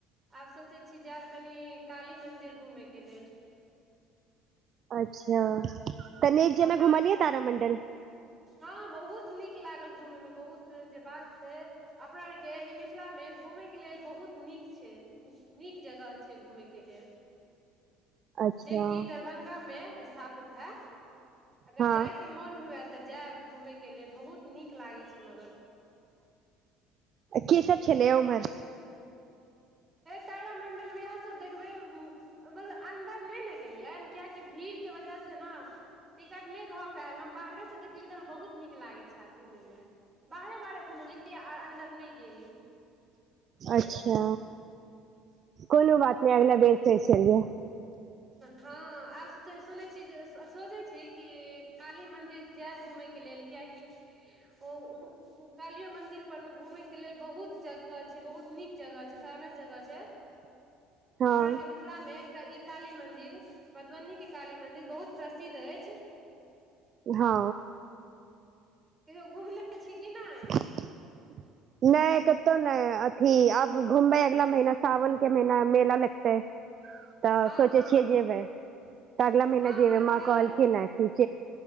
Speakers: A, on the right; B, on the right.
A: आब सोचै छी जायब कनि काली मंन्दिर घूमयके लेल
B: अच्छ त निक जैका
A: अपना
B: घुमलियै
A: आर
B: तारामंडल
A: हँ बहुत नीक लागल घूमेय मे बहुत जे बात छै अपना आर के ई मिथिला मे घूमेय के लेल बहुत नीक छै नीक जगह छै घूमेयके लेल
B: अच्छा
A: जे कि दरभंगा स्थापित है अगर
B: हँ
A: जायके मोन हुए तऽ जायब घूमय के लेल बहुत नीक लागै छै मगर
B: की सब छलैए उम्हर
A: ए तारामंडल मे इएह सब देखबै ओ म त अंदर नहि ने गेलियै कियकि भीड़ के वजह से ने टिकट नहि भऽ पायल हम बाहरेसँ देखलियै तऽ हमरा बहुत नीक लागैत छल घुमैमे बाहरे बाहरे घूमली आर अंदर नहि गेली
B: अच्छा कोनो बात नहि अगला बेर फेर चलि जेब।
A: हँ। आब सुनै छी जे सोचै छै कि काली मन्दिर जायब घूमयके लेल कियकि। ओ। कालियो मंदिर पर ने घूमेय के लेलऽ बहुत जगह छै बहुत निक जगह छै फेमस जगह छै
B: हँ
A: अपना के मिथिला मे एकटा ई काली मंदिर मधुबनी के काली मंदिर बहुत प्रसिद्ध अछि।
B: हँ।
A: कहियो घुमने छै कि नहि
B: ह। नहि कततौ नहि अथि अब घुमबै अगला महीना सावन के महीना मेला लगता है तऽ
A: हँ
B: सोचे
A: हँ
B: छियै जेबै तऽ अगला महीना
A: हँ
B: जेबै
A: हँ
B: माँ
A: चलब
B: कहल खना ठीक